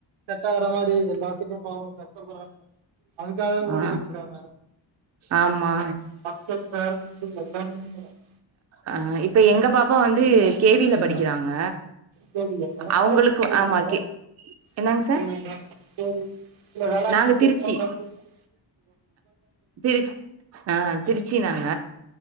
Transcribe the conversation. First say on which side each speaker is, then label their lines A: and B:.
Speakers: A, on the right; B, on the right.
A: வேற மாரி எல்லாத்துக்கு பாவோ கஷ்டப்படுறாங்க அதுக்காக ஓடிகிட்டு
B: ஆ
A: இருக்காங்க
B: ஆமா
A: <inaudible> ம்
B: ஆஹ் இப்ப எங்க பாப்பா வந்து கே வி ல
A: ஹ
B: படிக்கிறாங்க
A: சேரி மேடம்
B: அவங்களுக்கு
A: கே வி எங்க இருக்கு
B: ஆமா
A: மேடம்
B: கே என்னங்க சார்
A: கே வி னா கே வி வேளாங்கண்ணின்னு
B: நாங்க திருச்சி
A: சொல்லுவாகளே
B: திரு ஆ திருச்சி நாங்க